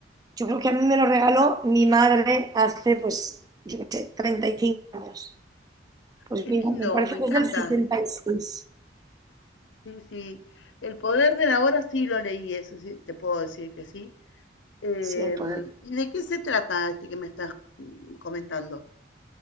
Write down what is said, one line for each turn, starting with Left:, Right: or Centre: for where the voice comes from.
Right: yo creo que a mí me lo regaló mi madre hace, pues, yo qué sé, 35 años. Pues
Left: qué
Right: mira,
Left: lindo,
Right: me parece
Left: me encanta.
Right: que es del 76
Left: Sí, sí. El poder de la hora sí lo leí, eso sí, te puedo decir que sí. Em,
Right: si hay poder.
Left: ¿y de qué se trata este que me estás mm, comentando?